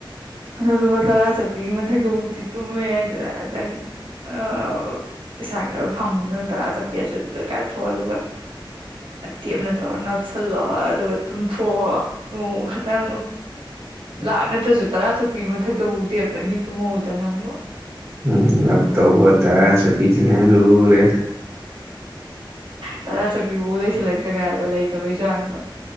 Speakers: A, on the right; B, on the right.
A: ꯑꯗꯣ ꯂꯨꯄꯥ ꯇꯔꯥ ꯆꯠꯄꯤꯒꯤ ꯃꯊꯛ ꯇꯕꯨꯛꯇꯤ ꯇꯨꯝꯕ ꯌꯥꯏꯗꯅ ꯑꯗꯒꯤ ꯑ ꯄꯩꯁꯥ ꯈꯔ ꯐꯪꯕꯗꯨꯅ ꯇꯔꯥ ꯆꯠꯄꯦ ꯑꯆꫭꯏꯕ ꯂꫭꯏ ꯀꯥꯏꯊꯣꯛꯑꯣ ꯑꯗꯨꯒ ꯇꯦꯞꯅ ꯇꯧꯔꯒ ꯅꯞꯁꯜꯂꯣ ꯑꯗꯨꯒ ꯇꯨꯝꯊꯣꯛꯑꯣ ꯅꯣꯡꯃ ꯈꯛꯇꯪ ꯂꯥꯥꯛ ꯅꯠꯇ꯭ꯔꯖꯨ ꯇꯔꯥ ꯆꯞꯄꯤ ꯃꯊꯛꯇꯕꯧꯗꯤ ꯑꯝꯇꯪꯗꯤ ꯇꯨꯝꯍꯧꯗ ꯅꯪꯕꯨ
B: ꯎꯝ ꯅꯞꯇꯧꯕ ꯇꯔꯥ ꯆꯞꯄꯤꯗꯨꯅ ꯍꯦꯟ ꯂꯨꯔꯦꯗ
A: ꯇꯔꯥ ꯆꯠꯄꯤ ꯐꯥꯎ ꯂꯩꯁꯜꯂꯛꯇ꯭ꯔꯒ ꯍꯥꯏꯔꯣ ꯂꯩꯇꯕꯩ ꯆꯥꯡꯗꯣ